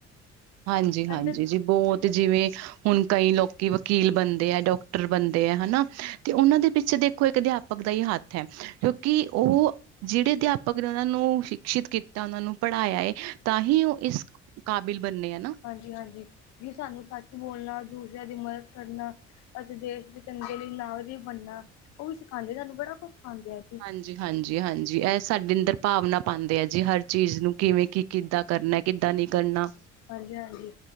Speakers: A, on the right; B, on the left.
A: ਹਾਂਜੀ-
B: ਕਹਿੰਦੇ
A: ਹਾਂਜੀ ਜੀ ਬਹੋਤ ਜਿਵੇਂ ਹੁਣ ਕਈ ਲੋਕੀਂ ਵਕੀਲ ਬਣਦੇ ਆ, ਡਾਕਟਰ ਬਣਦੇ ਆ ਹਨਾ ਤੇ ਉਹਨਾਂ ਦੇ ਪਿੱਛੇ ਦੇ ਦੇਖੋ ਇੱਕ ਅਧਿਆਪਕ ਦਾ ਹੀ ਹੱਥ ਐ। ਕਿਉਂਕਿ ਉਹ ਜਿਹੜੇ ਅਧਿਆਪਕ ਨੇ ਉਹਨਾਂ ਨੂੰ ਸ਼ਿਕਸ਼ਿਤ ਕੀਤਾ ਉਹਨਾਂ ਨੂੰ ਪੜਾਇਆ ਏ, ਤਾਂ ਹੀ ਉਹ ਇਸ ਕਾਬਿਲ ਬਣਨੇ ਏ ਨਾ।
B: ਹਾਂਜੀ- ਹਾਂਜੀ ਜੀ ਸਾਨੂੰ ਸੱਚ ਬੋਲਣਾ ਦੂਸਰਿਆਂ ਦੀ ਮਦਦ ਕਰਨਾ ਅਤੇ ਦੇਸ਼ ਦੇ ਚੰਗੇ ਲਈ ਨਾਗਰਿਕ ਬਣਨਾ ਉਹ ਵੀ ਸਿਖਾਉਂਦੇ ਸਾਨੂੰ ਬੜਾ ਕੁਛ ਸਿਖਾਂਦੇ ਏ।
A: ਹਾਂਜੀ- ਹਾਂਜੀ, ਹਾਂਜੀ ਇਹ ਸਾਡੇ ਅੰਦਰ ਭਾਵਨਾ ਪਾਉਂਦੇ ਆ ਜੀ ਹਰ ਚੀਜ਼ ਨੂੰ ਕਿਵੇਂ ਕੀ ਕਿੱਦਾਂ ਕਰਨਾ ਕਿੱਦਾਂ ਨਹੀਂ ਕਰਨਾ।
B: ਹਾਂਜੀ- ਹਾਂਜੀ